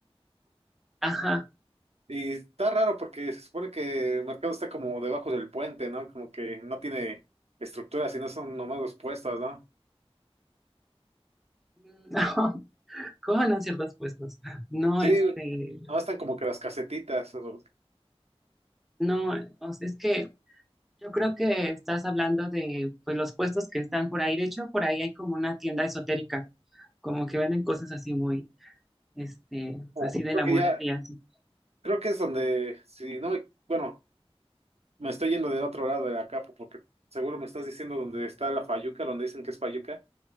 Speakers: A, in the centre; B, on the right.
A: Ajá.
B: Y está raro porque se supone que el mercado está como debajo del puente, ¿no? Como que no tiene estructura, sino son nomás los puestos, ¿no?
A: <laughs> No, ¿cómo van a ciertos puestos? No, no,
B: Sí,
A: este,
B: nomás están como que las casetitas. O, los-
A: no, o sea, es que yo creo que estás hablando de pues, los puestos que están por ahí. De hecho, por ahí hay como una tienda esotérica, como que venden cosas así muy, este,
B: o
A: así de
B: creo
A: la
B: que
A: muerte
B: ya,
A: y así.
B: creo que es donde, si no me, bueno, me estoy yendo del otro lado de la capa porque seguro me estás diciendo donde está la fayuca, donde dicen que es fayuca.